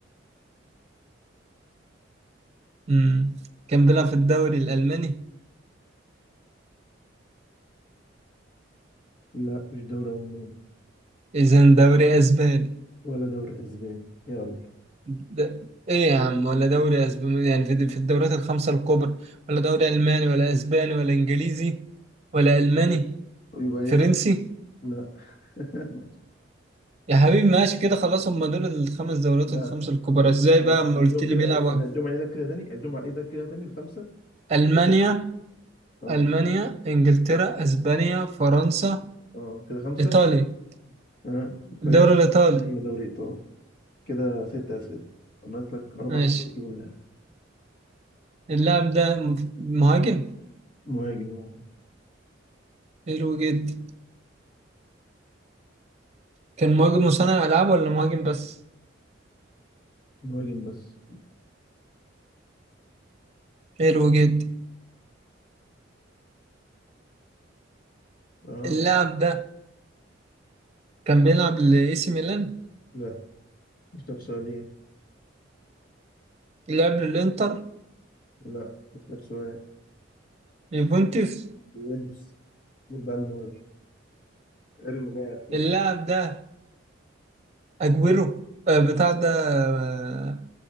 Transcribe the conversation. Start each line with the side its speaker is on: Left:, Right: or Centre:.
Right: مم. كان بيلعب في الدوري الألماني
Left: لا مش دوري ألماني
Right: إذا دوري أسباني
Left: ولا دوري أسباني يلا
Right: ده ايه يا عم ولا دوري اسباني يعني في في الدوريات الخمسة الكبرى ولا دوري الماني ولا اسباني ولا انجليزي ولا الماني
Left: يبقى ايه
Right: فرنسي
Left: لا <laughs>
Right: يا حبيبي ماشي كده خلاص هم دول الخمس دوريات
Left: لا
Right: الخمسة الكبرى ازاي
Left: طب
Right: بقى اما
Left: اديهم
Right: قلت لي
Left: كده
Right: بيلعبوا
Left: طب اديهم على ايدك كده تاني اديهم على ايدك كده تاني الخمسة
Right: المانيا
Left: اه
Right: المانيا انجلترا اسبانيا فرنسا
Left: اه كده خمسة
Right: ايطاليا
Left: اه كويس
Right: الدوري الايطالي
Left: ايوه دوري ايطالي كده ست اسئلة عملت لك اربع
Right: ماشي
Left: اسئلة وتجيب اللاعب
Right: اللاعب ده مف- مهاجم
Left: مهاجم اه
Right: حلو جدا كان مهاجم مصنع العاب ولا مهاجم بس
Left: مهاجم بس
Right: حلو جدا
Left: اه
Right: اللاعب ده كان بيلعب لاي سي ميلان
Left: لا مش لك سؤالين
Right: لعب للانتر
Left: لا مش لك سؤال
Right: يوفنتوس
Left: وينكس المفروض بقى من اول ارمي لاعب كده
Right: اللاعب ده اجويرو آه، بتاع ده آه،